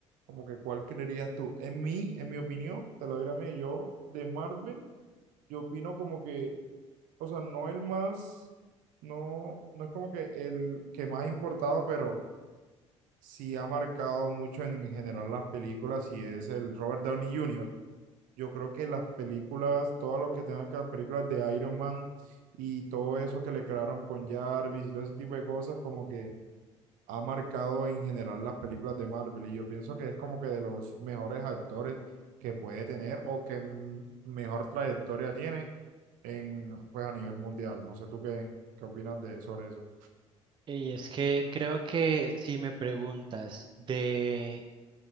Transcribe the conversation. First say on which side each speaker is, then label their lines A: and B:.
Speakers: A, on the right; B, on the right.
A: como que cuál creerías tú? En mí, en mi opinión, te lo doy la mía, yo de Marvel, yo opino como que, o sea, no el más, no, no es como que el que más ha importado, pero sí ha marcado mucho en, en general las películas y es el Robert Downey Jr. Yo creo que las películas, todas los que tengan que las películas de Iron Man y todo eso que le crearon con Jarvis y todo ese tipo de cosas, como que ha marcado en general las películas de Marvel y yo pienso que es como que de los mejores actores que puede tener o que mm, mejor trayectoria tiene en, pues a nivel mundial. No sé tú qué, qué opinas de, sobre eso.
B: Y es que creo que si me preguntas de,